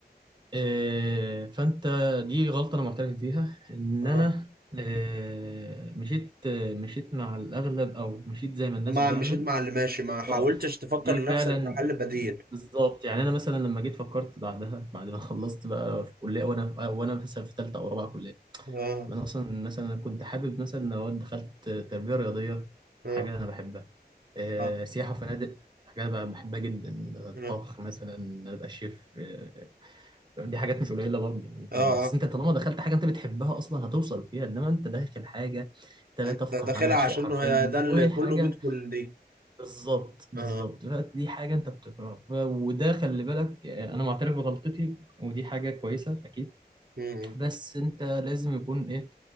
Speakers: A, on the right; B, on the right.
A: آه، فانت دي غلطه انا معترف بيها ان
B: اه
A: انا آه، مشيت آه، مشيت مع الاغلب او مشيت زي ما الناس
B: ما
A: بتعمل
B: مشيت مع اللي ماشي ما حاولتش
A: اه
B: تفكر
A: دي
B: لنفسك
A: فعلا
B: في حل بديل
A: بالظبط يعني انا مثلا لما جيت فكرت بعدها بعد ما خلصت بقى في كليه وانا وانا مثلا في ثالثه او رابعه كليه
B: اه
A: طب انا اصلا مثلا كنت حابب مثلا لو دخلت تربيه رياضيه
B: اه
A: حاجه انا بحبها آه،
B: اه
A: سياحه وفنادق حاجه انا بحبها جدا الطبخ
B: اه
A: مثلا ابقى شيف آه، دي حاجات مش قليله برضه انت
B: اه
A: بس
B: اه
A: انت طالما دخلت حاجه انت بتحبها اصلا هتوصل فيها انما انت داخل حاجه انت لا
B: انت
A: تفقه
B: داخلها
A: عنها
B: عشان
A: شيء حرفيا
B: هو ده اللي
A: وحاجه
B: كله بيدخل دي
A: بالظبط بالظبط
B: اه
A: بقى دي حاجه انت بتكرهها ف- وده خلي بالك آه، انا معترف بغلطتي ودي حاجه كويسه اكيد
B: م- م.
A: بس انت لازم يكون ايه